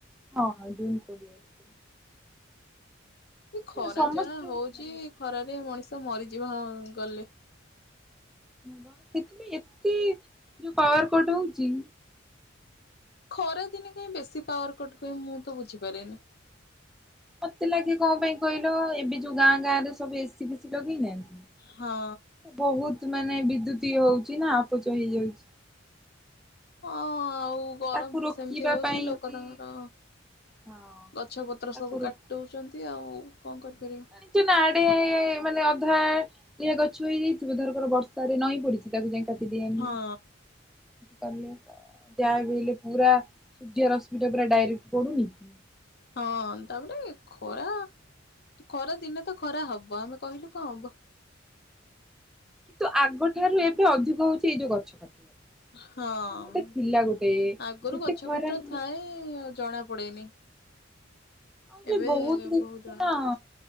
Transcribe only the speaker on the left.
ଏ ଖରା
ଯାହା
ହଉଚି ଖରାରେ ମଣିଷ ମରିଯିବ ଗଲେ।
ଖରା ଦିନେ କାହିଁ ବେଶୀ ପାୱାର କଟ୍ ହୁଏ ମୁଁ ତ ବୁଝିପାରେନି।
ହଁ।
ହଁ ଆଉ ଗରମ୍
ତ
ସେମିତି ହଉଚି
ଲୋକ
ତାଙ୍କର
ଗଛ ପତ୍ର
ସବୁ
କାଟି ଦଉଚନ୍ତି ଆଉ କଣ କରିପାରିବ।
ହଁ।
ହଁ ତାପରେ ଖରା -ଖରା ଦିନେ ତ ଖରା ହବ ଆମେ କହିଲେ କଣ ହବ।
ହଁ।
ଆଗରୁ
ଗଛ
ପତ୍ର
ଥାଏ ଜଣା ପଡେନି
ଏବେ
ବହୁତ ଜଣା ପଡୁଛି।